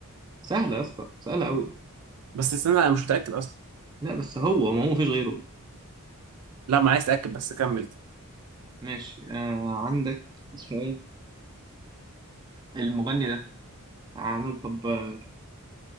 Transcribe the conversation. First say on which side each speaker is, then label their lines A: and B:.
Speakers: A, on the right (about 20°); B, on the right (about 80°).
A: سهله يا اسطى سهله قوي
B: بس استنى انا مش متاكد اصلا
A: لا بس هو ما هو مفيش غيره
B: لا ما عايز اتاكد بس كمل
A: ماشي آه عندك اسمه ايه المغني ده عامل طب آه،